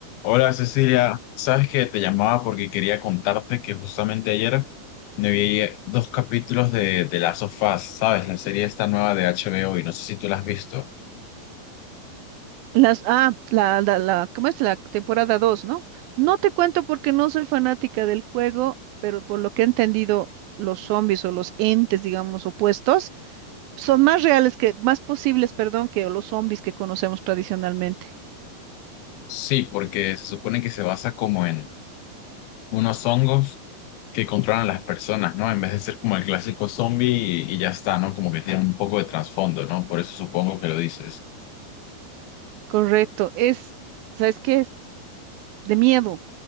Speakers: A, on the left (about 80°); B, on the right (about 80°).
A: Hola Cecilia, sabes que te llamaba porque quería contarte que justamente ayer me vi dos capítulos de, The Last of Us, ¿sabes? La serie esta nueva de HBO y no sé si tú la has visto.
B: Las, ah, la, la, la, ¿cómo es? La temporada dos ¿no? No te cuento porque no soy fanática del juego, pero por lo que he entendido, los zombies o los entes, digamos, opuestos, son más reales que, más posibles, perdón, que los zombies que conocemos tradicionalmente.
A: Sí, porque se supone que se basa como en unos hongos que controlan a las personas, ¿no? En vez de ser como el clásico zombie y, y ya está, ¿no? Como que tiene un poco de trasfondo, ¿no? Por eso supongo que lo dices.
B: Correcto. Es, ¿sabes qué? Es de miedo